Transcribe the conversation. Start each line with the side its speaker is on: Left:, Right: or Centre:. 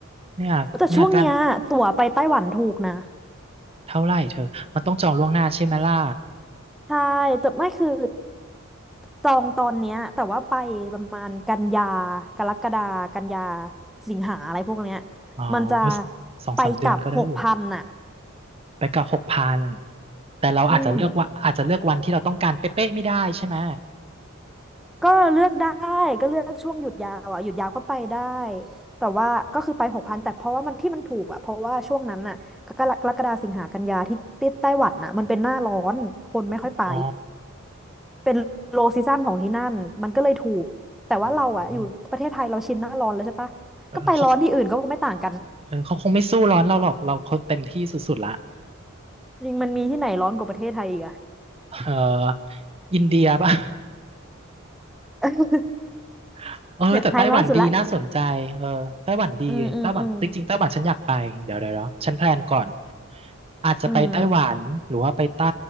Right: เนี่ยเนี่ยการ
Centre: ๆแต่ช่วงเนี้ยตั๋วไปไต้หวันถูกนะ
Right: เท่าไหร่เธอมันต้องจองล่วงหน้าใช่ไหมล่ะ
Centre: ใช่แต่ไม่คือจองตอนเนี้ยแต่ว่าไปประมาณกันยากรกฎากันยาสิงหาอะไรพวกเนี้ย
Right: อ๋อเออ
Centre: มันจะ
Right: สองสามเดือนก็ได้อยู่
Centre: ไปกลับหกพันน่ะ
Right: ไปกับหกพันแต่เราอาจจะเลือกว่าอาจจะเลือกวันที่เราต้องการเป๊ะๆไม่ได้ใช่ไหม
Centre: อืม ก็เลือกได้ก็เลือกช่วงหยุดยาวอ่ะหยุดยาวก็ไปได้แต่ว่าก็คือไปหกพันแต่เพราะว่ามันที่มันถูกอ่ะเพราะว่าช่วงนั้นน่ะกรกกรกฎาสิงหากันยาที่ที่ไต้หวันน่ะมันเป็นหน้าร้อนคนไม่ค่อยไป
Right: อ๋อ
Centre: เป็นโลซีซั่นของที่นั่นมันก็เลยถูกแต่ว่าเราอ่ะอยู่ประเทศไทยเราชินหน้าร้อนแล้วใช่ปะก็ไปร้อนที่อื่นก็คงไม่ต่างกัน
Right: อืมเออเขาเออเขาคงไม่สู้ร้อนเราหรอกเราคงเต็มที่สุดๆละ
Centre: จริงมันมีที่ไหนร้อนกว่าประเทศไทยอีกอะ
Right: เอออินเดียป่ะ
Centre: <laughs>
Right: <laughs> เออแต่ไต้หวันดีน่าสนใจเออไต้หวันดีไต้หวันจริงๆไต้หวันฉันอยากไปเดี๋ยวเดี๋ยวเดี๋ยวฉันแพลนก่อน
Centre: เนี่ยไทยร้อนสุดละอืมอืมอืม
Right: อาจจะไปไต้หวันหรือว่าไปใต้
Centre: อืม